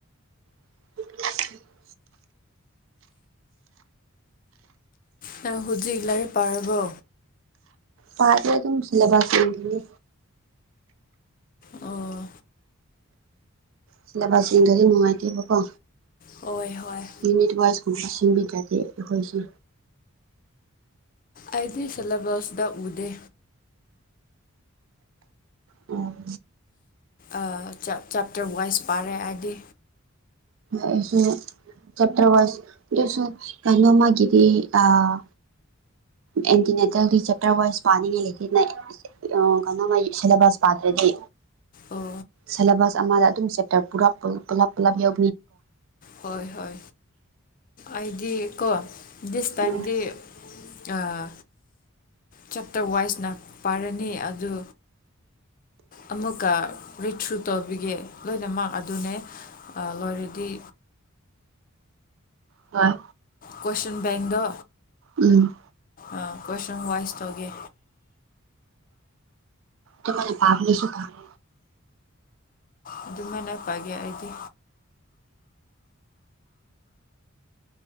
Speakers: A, on the right; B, on the left.
A: <inaudible>
B: ꯅꯪ ꯍꯨꯖꯤꯛ ꯂꯩꯏꯔꯤꯛ ꯄꯥꯔꯕꯣ
A: ꯄꯥꯗꯦ ꯑꯗꯨꯝ ꯁꯤꯂꯦꯕꯁ ꯌꯦꯡꯕꯅꯦ
B: ꯑꯣ
A: ꯁꯤꯂꯦꯕꯁ ꯌꯦꯡꯗ꯭ꯔꯗꯤ ꯅꯨꯡꯉꯥꯏꯇꯦꯕꯀꯣ
B: ꯍꯣꯏ ꯍꯣꯏ
A: ꯎꯅꯤꯠ ꯋꯥꯁ ꯀꯨꯝꯕꯁꯦ ꯌꯦꯡꯕꯤꯗ꯭ꯔꯗꯤ ꯑꯈꯣꯢꯁꯨ
B: ꯑꯩꯗꯤ ꯁꯤꯂꯦꯕꯁꯇ ꯎꯗꯦ
A: ꯎꯝ
B: ꯑꯥ ꯆꯦꯞꯇꯔ ꯋꯥꯏꯁ ꯄꯥꯔꯦ ꯑꯩꯗꯤ
A: ꯑꯩꯁꯨ ꯆꯦꯞꯇ꯭ꯔ ꯋꯥꯁ ꯗꯨꯁꯨ ꯀꯩꯅꯣꯃꯒꯤꯗꯤ ꯑꯥ ꯑꯦꯟꯇꯤꯅꯦꯇꯜꯗꯤ ꯆꯦꯞꯇꯔ ꯋꯥꯏ ꯄꯥꯅꯤꯡꯢ ꯂꯩꯇꯦꯅ ꯑꯥ ꯀꯅꯥ ꯃꯥꯏ ꯁꯤꯂꯦꯕꯁ ꯄꯥꯇ꯭ꯔꯗꯤ
B: ꯑꯣ
A: ꯁꯦꯂꯦꯕꯁ ꯑꯃꯗ ꯑꯗꯨꯝ ꯆꯦꯞꯇꯔ ꯄꯨꯔꯞ ꯄꯨꯂꯞ ꯄꯨꯂꯞ ꯌꯧ
B: ꯍꯣꯏ ꯍꯣꯏ ꯑꯩꯥꯗꯤ ꯀꯣ ꯗꯤꯁ ꯇꯥꯏꯝꯗꯤ
A: ꯎꯝ
B: ꯑꯥ ꯆꯦꯞꯇꯔ ꯋꯥꯏꯁꯅ ꯄꯥꯏꯔꯅꯤ ꯑꯗꯨ ꯑꯃꯨꯛꯀ ꯔꯤꯊ꯭ꯔꯨꯇꯧꯕꯤ ꯌꯦ ꯂꯣꯏꯅꯃꯛ ꯑꯗꯨꯅꯦ ꯑꯥ ꯂꯣꯏꯔꯗꯤ
A: ꯍꯣꯏ
B: ꯀꯣꯢꯁꯟ ꯕꯦꯡꯗꯣ
A: ꯎꯝ
B: ꯑꯥ ꯀꯣꯏꯁꯟ ꯋꯥꯏꯁ ꯇꯧꯒꯦ
A: ꯑꯗꯨꯃꯥꯢꯅ ꯄꯥꯕꯅꯁꯨ ꯐꯔꯦ
B: ꯑꯗꯨꯃꯥꯏꯅ ꯄꯥꯏꯒꯦ ꯑꯩꯗꯤ